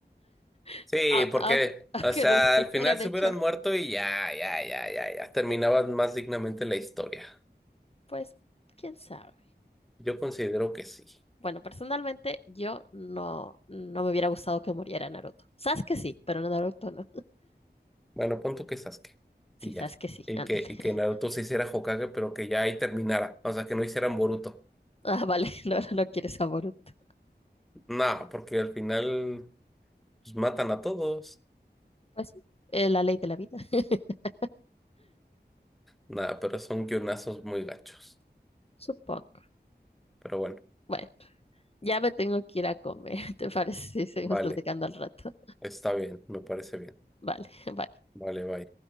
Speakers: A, on the left (about 35°); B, in the centre.
A: <laughs>
B: Sí,
A: Au-
B: porque,
A: aunque, aunque
B: o sea,
A: lo <laughs>
B: al final
A: hubieran
B: se
A: hecho,
B: hubieran muerto y ya, ya, ya, ya, ya. Terminaban más dignamente la historia.
A: pues, quién sabe.
B: Yo considero que sí.
A: Bueno, personalmente yo no, no me hubiera gustado que muriera Naruto. Sasuke sí, pero Naruto no.
B: Bueno, pon tú que Sasuke.
A: Sí,
B: Y
A: Sasuke
B: ya.
A: sí,
B: Y
A: ándale.
B: que,
A: <laughs>
B: y que Naruto se hiciera Hokage, pero que ya ahí terminara. O sea, que no hicieran Boruto.
A: Ah, vale, <laughs> no, no quieres a Boruto.
B: Nada, porque al final pues, matan a todos.
A: Pues sí, eh, la ley de la vida, <laughs>
B: Nada, pero son guionazos muy gachos.
A: supongo.
B: Pero bueno,
A: Bueno, ya me tengo que ir a comer, <laughs> ¿te parece si seguimos
B: vale.
A: platicando al rato?
B: Está bien, me parece bien.
A: Vale, <laughs> bye.
B: Vale, bye.